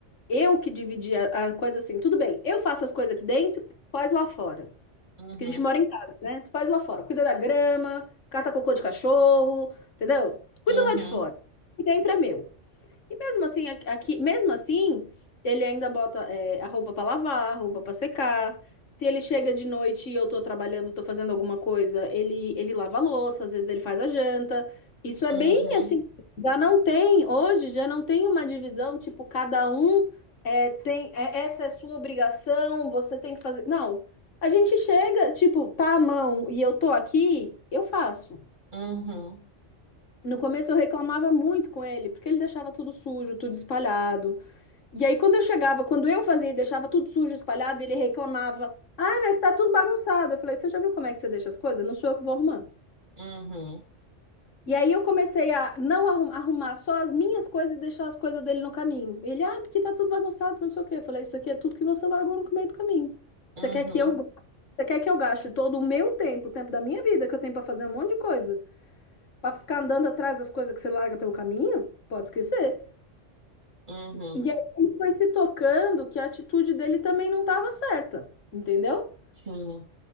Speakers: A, on the left (about 80°); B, on the right (about 40°).
A: Eu que dividi a, a coisa assim, tudo bem, eu faço as coisas aqui dentro, tu faz lá fora.
B: uhum,
A: Porque a gente mora em casa, né? Tu faz lá fora. Cuida da grama, cata cocô de cachorro, entendeu? Cuida
B: uhum,
A: lá de fora. E dentro é meu. E mesmo assim, aqui, aqui- mesmo assim, ele ainda bota é, a roupa para lavar, a roupa para secar. Se ele chega de noite e eu tô trabalhando, tô fazendo alguma coisa, ele ele lava a louça, às vezes ele faz a janta. Isso é
B: uhum,
A: bem assim, já não tem, hoje já não tem uma divisão, tipo, cada um é, tem, é, essa é sua obrigação, você tem que fazer. Não, a gente chega, tipo, tá à mão e eu tô aqui, eu faço.
B: uhum,
A: No começo eu reclamava muito com ele, porque ele deixava tudo sujo, tudo espalhado. E aí, quando eu chegava, quando eu fazia e deixava tudo sujo, espalhado, ele reclamava: Ah, mas tá tudo bagunçado. Eu falei: Você já viu como é que você deixa as coisas? Não sou eu que vou arrumar.
B: uhum,
A: E aí, eu comecei a não arrum- arrumar só as minhas coisas e deixar as coisas dele no caminho. Ele: Ah, porque tá tudo bagunçado, não sei o quê. Eu falei: Isso aqui é tudo que você largou no meio do caminho.
B: uhum,
A: Você quer que eu, você quer que eu gaste todo o meu tempo, o tempo da minha vida, que eu tenho pra fazer um monte de coisa, pra ficar andando atrás das coisas que você larga pelo caminho? Pode esquecer.
B: uhum.
A: E aí ele foi se tocando que a atitude dele também não estava certa, entendeu?
B: Sim,